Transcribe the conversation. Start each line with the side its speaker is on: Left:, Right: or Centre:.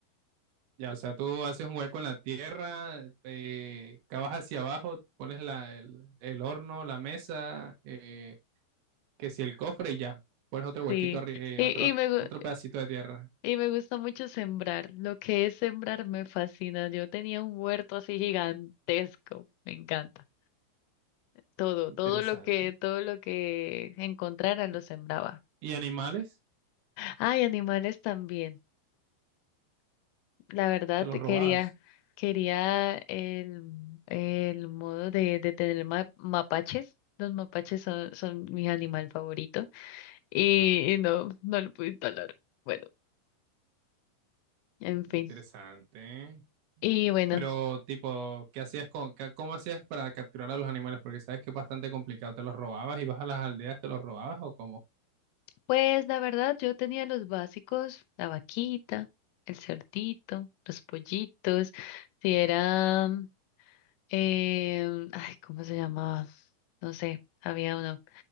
Right: Ya, o sea, tú haces un hueco en la tierra, eh, cavas hacia abajo, pones la, el, el horno, la mesa, eh, que si el cofre y ya. Pones otro huequito
Left: Sí,
Right: arriba,
Left: y,
Right: otro,
Left: y me, gu-
Right: otro pedacito de tierra.
Left: Y me gusta mucho sembrar. Lo que es sembrar me fascina. Yo tenía un huerto así gigantesco. Me encanta. Todo,
Right: Interesante.
Left: todo lo que, todo lo que encontrara lo
Right: ¿Y
Left: sembraba.
Right: y animales?
Left: Ay, animales también. La verdad
Right: Te los
Left: te
Right: robabas.
Left: quería, quería el, el modo de, de tener ma- mapaches. Los mapaches son, son mi animal favorito. Y, y no, no lo pude instalar. Bueno, en fin.
Right: Interesante.
Left: Y bueno.
Right: Pero, tipo, ¿qué hacías con, qué- cómo hacías para capturar a los animales? Porque sabes que es bastante complicado. ¿Te los robabas? ¿Ibas a las aldeas, te los robabas o cómo?
Left: Pues la verdad, yo tenía los básicos, la vaquita, el cerdito, los pollitos, si era, em, ay, ¿cómo se llamaba? No sé, había uno.